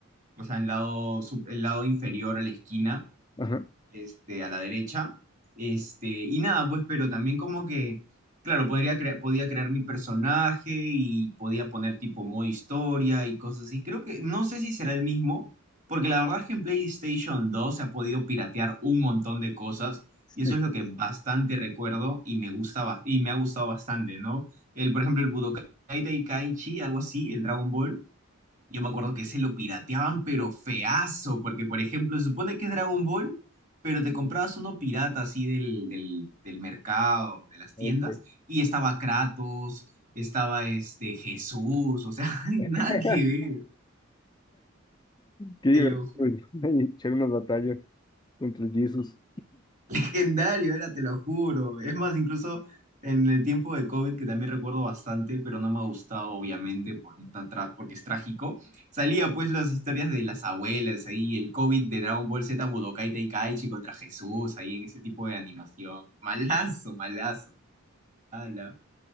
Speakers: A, on the right (about 40°); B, on the left (about 20°).
A: o sea, en lado, sub- el lado inferior a la esquina
B: Ajá,
A: este, a la derecha. Este, y nada, pues, pero también como que, claro, podría crea- podía crear mi personaje y podía poner tipo modo historia y cosas así. Creo que, no sé si será el mismo, porque la verdad es que en PlayStation 2 se ha podido piratear un montón de cosas y eso
B: sí.
A: es lo que bastante recuerdo y me gustaba, y me ha gustado bastante, ¿no? El, por ejemplo, el Budokai Tenkaichi, algo así, el Dragon Ball yo me acuerdo que se lo pirateaban, pero feazo, porque por ejemplo, se supone que es Dragon Ball, pero te comprabas uno pirata así del, del, del mercado, de las
B: Ok.
A: tiendas, y estaba Kratos, estaba este Jesús, o sea, <laughs> nada
B: <laughs>
A: que ver,
B: Qué divertido,
A: te lo juro.
B: <laughs> echar unas batallas contra el Jesus.
A: legendario era, te lo juro. Es más, incluso en el tiempo de COVID, que también recuerdo bastante, pero no me ha gustado, obviamente, por un tan tra- porque es trágico, salía pues las historias de las abuelas ahí, el COVID de Dragon Ball Z, Budokai Tenkaichi contra Jesús, ahí en ese tipo de animación. Malazo, malazo. Ala.